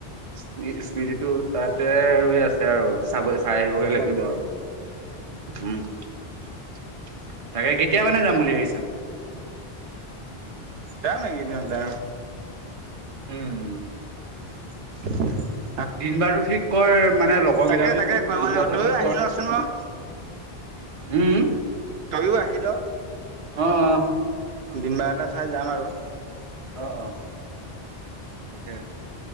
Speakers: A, on the right; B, on the right.
A: স্মৃতিটো তাতে ৰৈ আছে আৰু চাব চাই আহিবগে
B: তাকে
A: লাগিব আৰু। উম তাকে কেতিয়া মানে যাম বুলি ভাবিছ
B: যাম এইকেইদিনতে
A: উম।
B: <unintelligible>
A: দিন বাৰো ঠিক কৰ মানে লগৰ
B: তাকে
A: কেইটাকো
B: তাকে
A: সোধ
B: কৰিব
A: দিন
B: লাগিব
A: বাৰটো
B: তইও
A: ঠিক
B: আহি
A: কৰ
B: লচোন বাৰু
A: উম
B: তইও আহি ল
A: অ অ
B: দিন বাৰ এটা চাই যাম আৰু।
A: অহ অহ তাকে